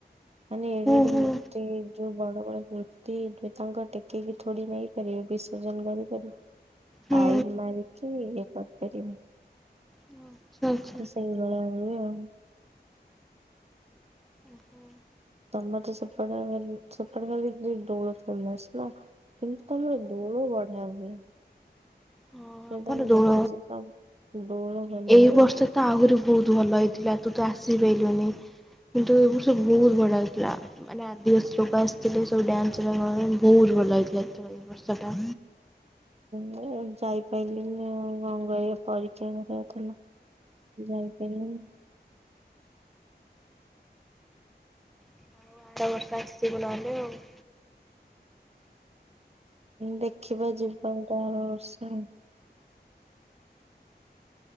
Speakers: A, on the right; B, in the centre.
A: ମାନେ ଏଡେ
B: ହୁଁ
A: ଏଡେ ମୂର୍ତ୍ତି।
B: ହୁଁ।
A: ଯୋଉ ବଡ ବଡ ମୂର୍ତ୍ତି, ତାଙ୍କ ଟେକିକି ଥୋଡି ନେଇ ପାରିବେ ବିସର୍ଜନ କରିପାରିବେ।
B: ହୁଁ
A: ଆଇବ୍ ମାରିକି ଇଏ କରିପାରିବନି।
B: ଆଚ୍ଛା ଆଚ୍ଛା
A: ତ
B: ହଁ।
A: ସେଇ ଦୋଳ ହୁଏ ଆଉ।
B: ହୁଁ।
A: ତମର ତ ସେପଟେ ସେପଟେ ଖାଲି ଦୋଳ ପଳେଇଆସିବ। କିନ୍ତୁ ତମର ଦୋଳ ବଢିଆ ହୁଏ।
B: ହଁ।
A: ସେଇଟା
B: ଆମର
A: ମୁଁ
B: ଦୋଳ
A: ଦେଖିଛି ତ। ଦୋଳ ଭଲ
B: ଏଇ
A: ହୁଏ।
B: ବର୍ଷ ତ ଆହୁରି ବହୁତ ଭଲ ହେଇଥିଲା ତୁ ତ ଆସିପାଇଲୁନି। କିନ୍ତୁ ଏ ବର୍ଷ ବହୁତ ବଢିଆ ହେଇଥିଲା। ମାନେ ଆଦିବାସୀ ଲୋକ ଆସିଥିଲେ, ସବୁ ଡ୍ୟାନ୍ସରାକ ବହୁତ ଭଲ ହେଇଥିଲା ଏ ଥର ଏଇ ବର୍ଷଟା।
A: ମୁଁ ଯାଇପାଇଲିନି ଆଉ କଣ କରିବା ପରୀକ୍ଷା ମୋର ଥିଲା। ଯାଇପାଇଲିନି।
B: ଆଉ ଆର ବର୍ଷ ଆସିିବୁ ନହଲେ ଆଉ।
A: ଦେଖିବା ଯିବା ଗୋଟେ ଆର ବର୍ଷ ଆଉ।